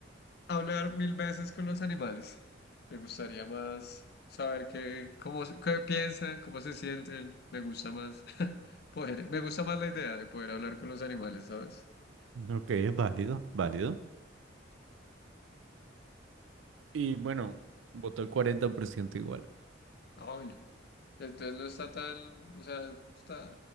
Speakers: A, on the left; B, on the right.
A: hablar mil veces con los animales. Me gustaría más saber qué, cómo, se- qué piensan, cómo se sienten. Me gusta más <laughs> poder, me gusta más la idea de poder hablar con los animales, ¿sabes?
B: Ok, es válido, válido. Y bueno, votó el 40% igual.
A: Ay, Entonces no está tan, o sea, está